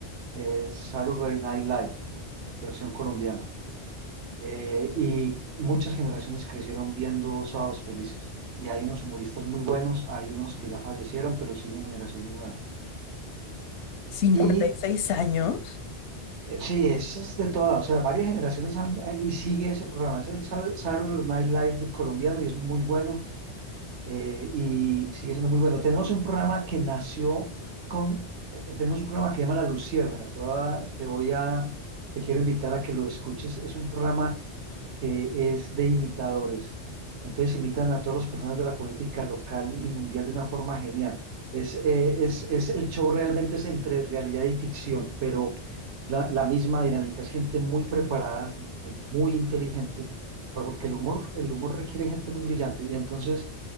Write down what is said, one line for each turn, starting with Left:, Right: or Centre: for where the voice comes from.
Right: eh, Saturday Night Live, versión colombiana. Eh, y muchas generaciones crecieron viendo Sábados Felices. Y hay unos humoristas muy buenos, hay unos que ya fallecieron, pero siguen generaciones nuevas.
Left: Cincuenta
Right: Y
Left: y seis años?
Right: Eh, Sí, eso es de toda, o sea, varias generaciones han- eh, y sigue ese programa. Es el Sa- Saturday Night Live de colombiano y es muy bueno eh, y sigue siendo muy bueno. Tenemos un programa que nació con, eh, tenemos un programa que se llama La Luciérnaga. Te voy a, te voy a- te quiero invitar a que lo escuches. Es un programa que es de imitadores. Entonces imitan a todas las personas de la política local y mundial de una forma genial. Es, eh, es, es- el show realmente es entre realidad y ficción, pero la, la misma dinámica. Es gente muy preparada, gente muy inteligente, porque el humor, el humor requiere gente muy brillante. Y entonces,